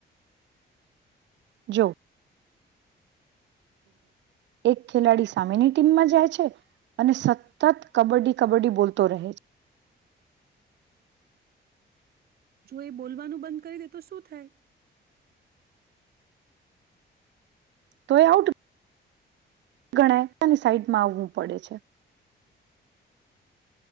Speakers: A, on the right; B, on the right.
A: જો. એક ખેલાડી સામેની ટીમમાં જાય છે અને સ તત કબડ્ડી કબડ્ડી બોતો રહેત.
B: જો એ બોલવાનું બંધ કરી દે તો શું થાય?
A: તો એ આઉટ ગણાય તેને સાઈડમાં આવવું પડે છે.